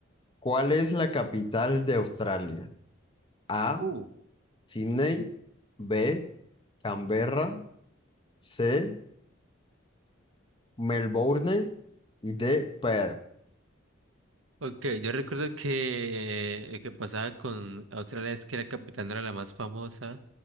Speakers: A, on the left (about 25°); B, on the right (about 75°).
A: ¿Cuál es la capital de Australia? A.
B: Uh,
A: Sydney. B. Canberra. C. Melbourne. Y D. Perth.
B: Ok, yo recuerdo que lo que pasaba con Australia es que la capital no era la más famosa.